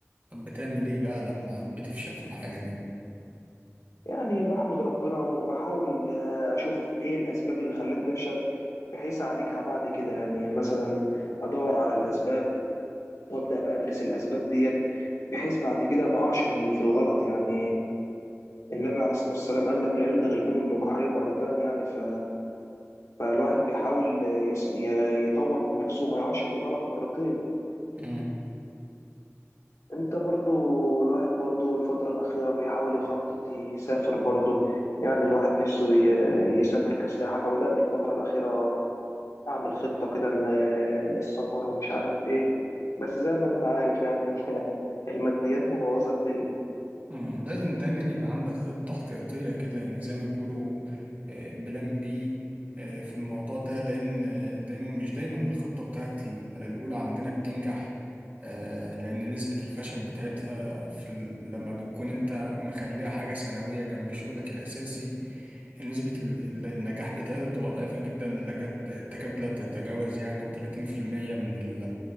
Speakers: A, on the right; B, on the left.
A: طب بتعمل ايه بقى لما بتفشل في الحاجة
B: يعني بحمد ربنا وبحاول آه، أشوف إيه الأسباب اللي خلتني أفشل بحيث أعالجها بعد كده يعني مثلا أدور على الأسباب وأبدأ بقى أدرس الأسباب ديت بحيث بعد كده ما أقعش في ال- في الغلط يعني النبي عليه الصلاة والسلام قال لك لا يلدغ المؤمن من جحره مرتان يعني ف... فالواحد بيحاول يص- ي- يطور من نفسه وما يقعش في الغلط مرتين
A: دي
B: انت برضو الواحد برضو الفترة الأخيرة بيحاول يخطط يسافر برضو يعني الواحد نفسه ي- يسافر كسياحة فبدأت الفترة الأخيرة أعمل خطة كده ل- للسفر ومش عارف إيه بس زي ما أنت عارف يعني ال- <laughs> الماديات مبوظة الدنيا
A: مم، لازم دايما يبقى عندك خطة احتياطية كده يعني زي ما بيقولوا آه، بلان بي في الموضوع ده لأن آه، دايما مش دايما الخطة بتاعت ال- الأولى عندنا بتنجح آه، لأن نسبة الفشل بتاعتها في ال- لما بتكون أنت مخليها حاجة ثانوية جنب شغلك الأساسي نسبة ال- ال- النجاح بتاعتها بتبقى ضعيفة جدا لجد تكاد لا تتجاوز يعني التلاتين في المية من